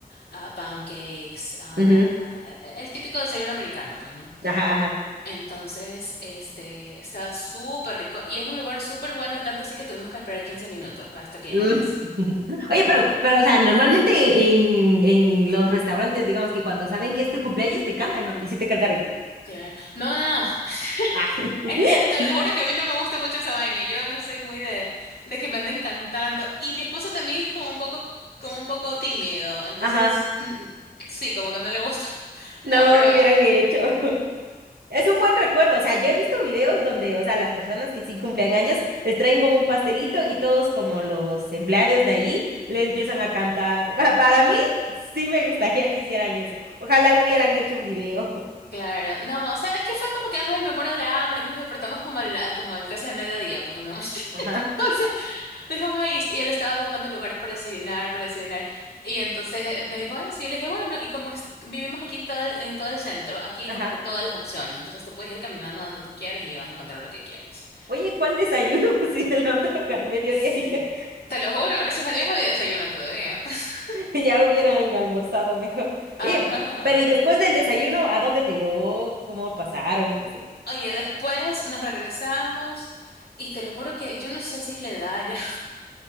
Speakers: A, on the left (about 80°); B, on the right (about 75°).
A: ah, pancakes, ah,
B: ujú.
A: e, e, el típico desayuno americano, pues, ¿no?
B: Ajá, ajá.
A: Entonces, este, estaba súper rico y es un lugar súper bueno, tanto así que tuvimos que esperar 15 minutos hasta que
B: Mm.
A: ella me...
B: <laughs> Oye, pero, pero, o sea, normalmente en, en los restaurantes, digamos que cuando saben que es tu cumpleaños, te cantan, ¿no? Y sí te cantaron.
A: Claro. No, no, no.
B: Ay. <laughs>
A: Es que te lo juro que a mí no me gusta mucho esa vaina. Yo no soy muy de, de que me anden cantando. Y mi esposo también es como un poco, como un poco tímido. Entonces,
B: Ajá,
A: mm, sí, como que no le gusta. <laughs> No,
B: no
A: pero
B: lo hubieran hecho. <laughs> Es un buen recuerdo, o sea, yo he visto videos donde, o sea, las personas que sí cumplen años les traen como un pastelito y todos como los empleados de allí le empiezan a cantar. <laughs> Para mí sí me gustaría que hicieran eso. Ojalá hubieran hecho un video. <laughs>
A: Claro, no, o sea, es que fue como que, ay, me muero de hambre, nos despertamos como, la, como al- casi al mediodía, pues, ¿no? <laughs>
B: Ajá.
A: Entonces, me dijo, ay, y y él estaba buscando lugares para desayunar, para desayunar, y entonces eh, me dijo eso, y yo le dije, bueno, y como es- vivimos aquí en todo el, en todo el centro, aquí hay
B: Ajá.
A: como que todas las opciones, entonces te puedes ir caminando donde tú quieras y vas a encontrar lo que quieres.
B: Oye, ¿cuál desayuno? <laughs> Si se levantaron al mediodía,
A: Sí.
B: dije,
A: Te lo juro, gracias a Dios había desayuno todavía. <laughs>
B: ya hubieran almorzado mejor.
A: Ajá.
B: Oye, pero ¿y después del desayuno, a dónde te llevó? ¿Cómo pasaron? No sé.
A: Oye, después nos regresamos y te lo juro que yo no sé si es la edad ya.